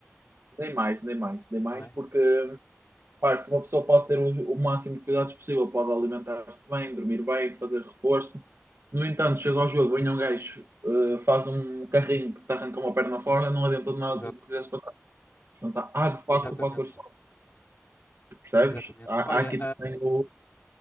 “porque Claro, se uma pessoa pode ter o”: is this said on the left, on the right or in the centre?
Right